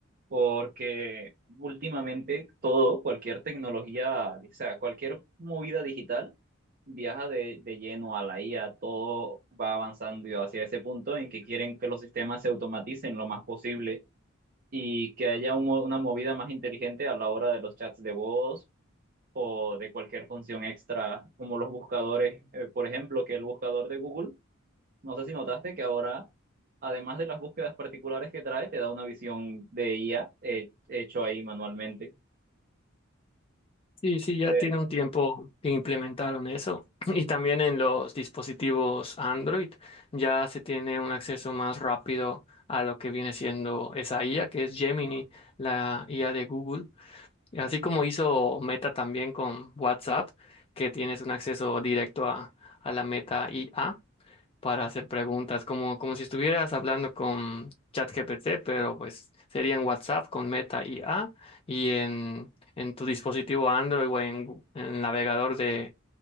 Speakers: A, on the right; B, on the left.
A: porque últimamente todo, cualquier tecnología, o sea, cualquier movida digital viaja de, de lleno a la IA, todo va avanzando hacia ese punto en que quieren que los sistemas se automaticen lo más posible y que haya un mo- una movida más inteligente a la hora de los chats de voz o de cualquier función extra, como los buscadores, eh, por ejemplo, que el buscador de Google no sé si notaste que ahora, además de las búsquedas particulares que trae, te da una visión de IA eh, hecho ahí manualmente.
B: Sí, sí, ya
A: Eh,
B: tiene un tiempo que implementaron eso. <clears throat> Y también en los dispositivos Android ya se tiene un acceso más rápido a lo que viene siendo esa IA, que es Gemini, la IA de Google. Así como hizo Meta también con WhatsApp, que tienes un acceso directo a, a la Meta IA. para hacer preguntas, como, como si estuvieras hablando con ChatGPT, pero pues sería en WhatsApp con Meta IA y en, en tu dispositivo Android o en, en navegador de